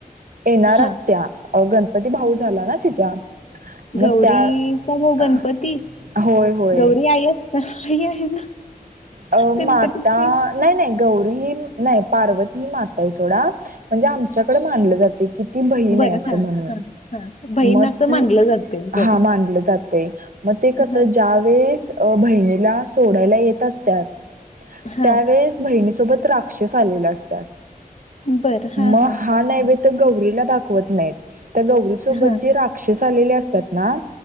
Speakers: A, on the right; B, on the left.
A: येणारच
B: हा
A: त्या गणपती भाऊ झाला ना तिचा. मग
B: गौरीचा
A: त्या
B: भाऊ गणपती
A: होय-होय.
B: गौरी आई असतात आई आहे ना
A: अ
B: गणपतीची
A: माता नाही-नाही. गौरी ही नाही. पार्वत ही माता आहे सोडा. म्हणजे आमच्याकडे मानलं जाते की. ती बहीण
B: बरं
A: आहे. अस
B: हा
A: म्हणून.
B: हा हा बहीण
A: मग
B: असं
A: ती
B: मानलं जाते बरं
A: हा मानलं जातय म ते कसं
B: हा
A: ज्यावेळेस. बहिणीला सोडायला येत असत्यात
B: हां,
A: त्यावेळेस बहिणीसोबत रा राक्षस आलेलं असत्यात.
B: बरं. हां,
A: मग
B: हां,
A: हा
B: हां,
A: नैवेद्य
B: हां.
A: तर गौरीला दा दावत नाहीत. त्या गौरी सोबत
B: हां,
A: जे राक्षस आले असतात ना